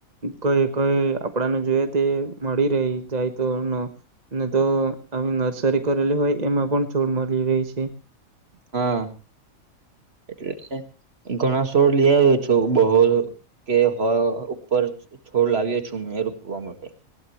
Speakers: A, on the right; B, on the right.
A: કઈ કઈ આપડાને જોઈ તે મળી રહી જાય તો નો ને તો આવી નર્સરી કરેલી હોય એમાં પણ છોડ મળી રેય છે.
B: હા, એટલે ઘણા છોડ લી આવ્યો છું બહો કે હો ઉપર છોડ લાવ્યો છું. <unintelligible> રોપવા માટે.